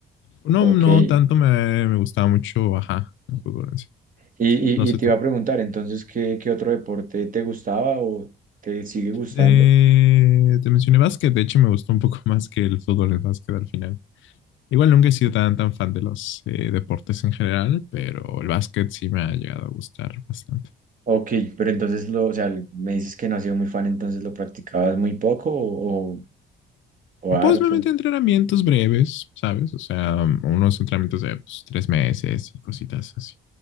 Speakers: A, on the left; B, on the right.
A: No,
B: Ok.
A: no
B: Y,
A: tanto me, me gustaba mucho, ajá, el fútbol en sí.
B: y,
A: No sé
B: y te
A: tú.
B: iba a preguntar, entonces, ¿qué, qué otro deporte te gustaba o te sigue gustando?
A: Eh, te mencioné básquet, de hecho me gustó un poco <laughs> más que el fútbol, el básquet al final. Igual nunca he sido tan, tan fan de los eh, deportes en general, pero el básquet sí me ha llegado a gustar bastante.
B: Ok, pero entonces lo, o sea, me dices que no has sido muy fan, entonces lo practicabas muy poco o, o, o harto.
A: Pues me metí a entrenamientos breves, ¿sabes? O sea, unos entrenamientos de pues, tres meses y cositas así,